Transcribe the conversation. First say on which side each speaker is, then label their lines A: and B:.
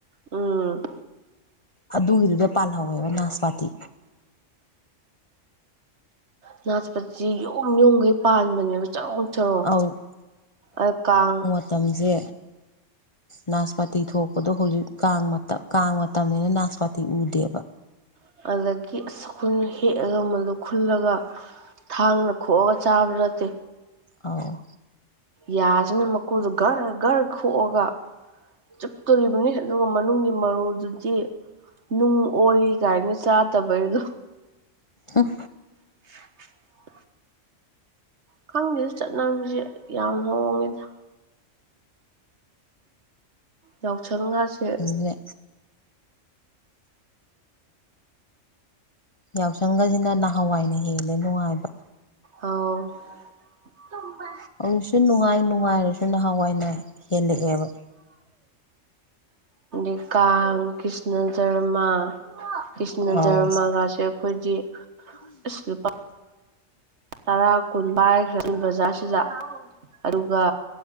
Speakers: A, on the right; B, on the left.
A: ꯎꯝ
B: ꯑꯗꯨꯒꯤꯗꯨꯗ ꯄꯥꯜꯍꯧꯋꯦꯕ ꯅꯥꯁꯄꯥꯥꯇꯤ
A: ꯉ ꯁꯤ ꯌꯨꯝ ꯌꯨꯝꯈꯩ ꯄꯥꯟꯕꯅꯦꯕ ꯆꯔꯣꯡ ꯆꯔꯣꯡ
B: ꯑꯧ
A: ꯑꯗ ꯀꯥꯡ
B: ꯃꯇꯝꯁꯦ ꯅꯥꯁꯄꯥꯇꯤ ꯊꯣꯛꯄꯗꯣ ꯍꯧꯖꯤꯛ ꯀꯥꯡ ꯀꯥꯡ ꯃꯇꯝꯅꯤꯅ ꯅꯥꯁꯄꯥꯇꯤ ꯎꯗꯦ
A: <unintelligible> ꯈꯨꯜꯂꯒ ꯊꯥꯡꯅ ꯈꯣꯛꯑꯒ ꯆꯥꯕ ꯅꯠꯇꯦ
B: ꯑꯥꯎ
A: ꯌꯥꯁꯤꯅ ꯃꯀꯨꯗꯨꯣ ꯘꯔ ꯘꯔ ꯈꯣꯛꯑꯒ ꯆꯨꯞꯇꯣꯔꯤꯕꯅꯤ ꯑꯗꯨꯒ ꯃꯅꯨꯡꯒꯤ ꯃꯔꯨꯗꯨꯗꯤ ꯅꯨꯡ ꯑꯣꯏ ꯀꯥꯏꯅ ꯆꯥꯗꯕꯩꯗꯣ
B: ꯎꯝ
A: <inaudible> ꯈꯪꯗꯦꯗ ꯆꯠꯅꯕꯤꯁꯦ ꯌꯥꯝ ꯍꯣꯡꯉꯦꯗ ꯌꯥꯎꯁꯪꯒꯁꯦ
B: ꯑꯗꯨꯅ ꯌꯥꯎꯁꯪꯒꯖꯤꯅ ꯅꯍꯥꯟꯋꯥꯏꯅ ꯍꯦꯟꯂꯦ ꯅꯨꯡꯉꯥꯏꯕ
A: ꯑꯥꯎ ꯊꯃ
B: ꯍꯧꯖꯤꯛꯁꯨ ꯅꯨꯡꯉꯥꯏ ꯅꯨꯡꯉꯥꯏꯔꯁꯨ ꯅꯍꯥꯟꯋꯥꯏꯅ ꯍꯦꯜꯂꯛꯑꯦꯕ
A: ꯑ ꯀꯥꯡ ꯀ꯭ꯔꯤꯁꯅ ꯖꯔꯃꯥ ꯀ꯭ꯔꯤꯁꯅ
B: ꯑꯧ
A: ꯖꯔꯃꯒꯥꯁꯦ ꯑꯩꯈꯣꯏꯗꯤ ꯑꯁ ꯂꯨꯄꯥ ꯇꯔꯥ ꯀꯨꯟ ꯄꯥꯏꯈ꯭ꯔꯦ ꯕꯖꯥꯔꯁꯤꯗ ꯑꯗꯨꯒ